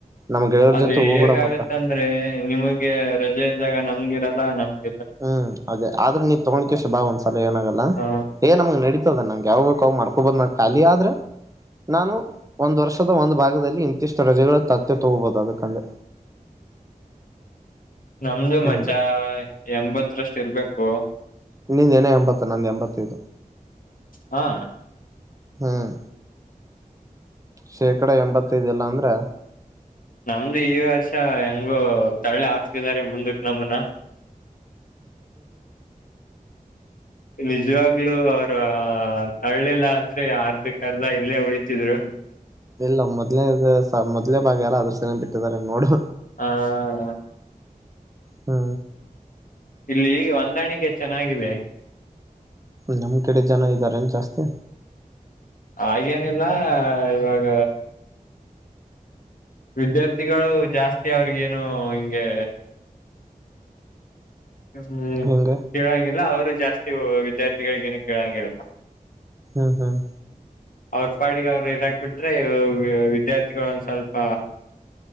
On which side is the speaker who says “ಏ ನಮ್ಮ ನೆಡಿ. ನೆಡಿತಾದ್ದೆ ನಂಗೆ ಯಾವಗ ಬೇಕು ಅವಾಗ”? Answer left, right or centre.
Right